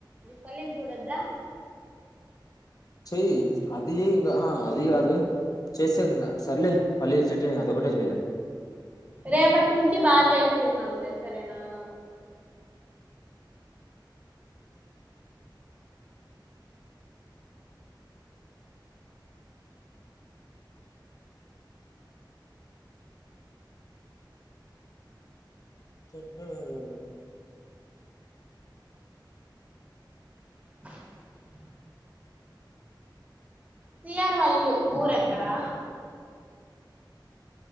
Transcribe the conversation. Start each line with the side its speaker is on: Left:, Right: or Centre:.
Right: పల్లిల్పోడోద్దా
Left: చెయ్ అది చెయ్ కా అహా అది గాదు చేస్తే ఇంగ సర్లే పల్లీ చట్ని అదొకటే చెయలే
Right: రేపట్నుంచి బా చేస్కుందంలే సరేనా <inaudible>
Left: <unintelligible>
Right: <inaudible> సిఆర్వల్లు ఊరు ఎక్కడా